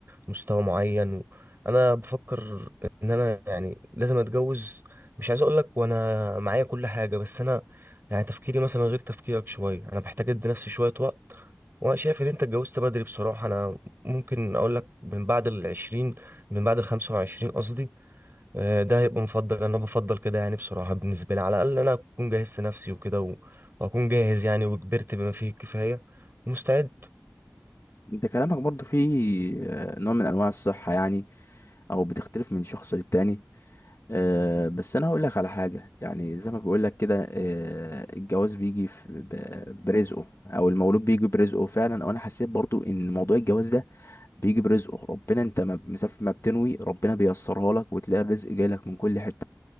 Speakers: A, on the right (about 45°); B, on the left (about 60°).
A: مستوى معين انا بفكر ان انا يعني لازم اتجوز مش عايز اقول لك وانا معايا كل حاجه بس انا يعني تفكيري مثلا غير تفكيرك شويه انا بحتاج ادي نفسي شويه وقت وانا شايف ان انت اتجوزت بدري بصراحه انا ممكن اقول لك من بعد العشرين من بعد الخمسة وعشرين قصدي آه، ده هيبقى مفضل انا بفضل كده يعني بصراحه بالنسبه لي على الاقل انا اكون جهزت نفسي وكده و- واكون جاهز يعني وكبرت بما فيه الكفايه مستعد
B: انت كلامك برضو فيه آه، نوع من انواع الصحة يعني او بتختلف من شخص للتاني آه، بس انا هقول لك على حاجة يعني زي ما بقول لك كده آه، الجواز بيجي في- ب- برزقه او المولود بيجي برزقه فعلا او انا حسيت برضو ان موضوع الجواز ده بيجي برزقه ربنا انت ما مسافر ما بتنوي ربنا بيسرها لك وتلاقي الرزق جاي لك من كل حتة